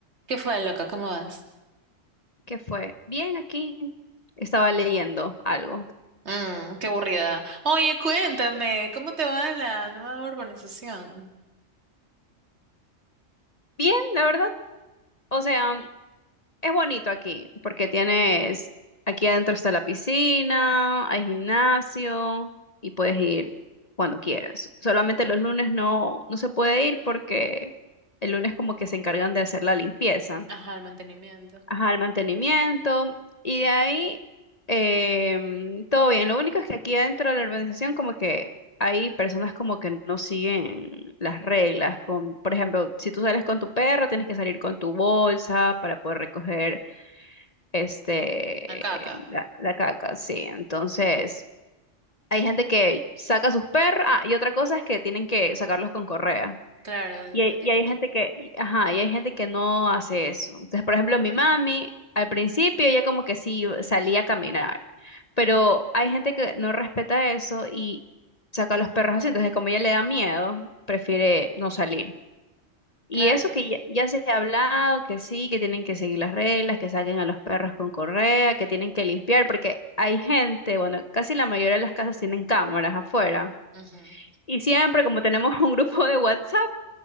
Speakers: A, on the right; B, on the left.
A: ¿Qué fue, loca? ¿Cómo vas?
B: que fue bien aquí. Estaba leyendo algo.
A: Mm, qué aburrida. Oye, cuéntame, ¿cómo te va en la nueva urbanización?
B: Bien, la verdad. O sea, es bonito aquí porque tienes, aquí adentro está la piscina, hay gimnasio y puedes ir cuando quieras. Solamente los lunes no, no se puede ir porque el lunes como que se encargan de hacer la limpieza.
A: Ajá, el mantenimiento.
B: ajá, el mantenimiento, y de ahí em, todo bien. Lo único es que aquí dentro de la organización como que hay personas como que no siguen las reglas. Con, por ejemplo, si tú sales con tu perro, tienes que salir con tu bolsa para poder recoger este
A: Acá, acá.
B: la, la caca, sí. Entonces, hay gente que saca sus perros, ah, y otra cosa es que tienen que sacarlos con correa.
A: Claro,
B: Y hay,
A: lo típico.
B: y hay gente que, y- ajá, y hay gente que no hace eso. Entonces, por ejemplo, mi mami, al principio ella como que sí salía a caminar, pero hay gente que no respeta eso y saca a los perros así. Entonces, como ella le da miedo, prefiere no salir. Y
A: Claro.
B: eso que ya, ya se ha hablado, que sí, que tienen que seguir las reglas, que saquen a los perros con correa, que tienen que limpiar, porque hay gente, bueno, casi la mayoría de las casas tienen cámaras afuera.
A: Ujú.
B: Y siempre, como tenemos <laughs> un grupo de WhatsApp,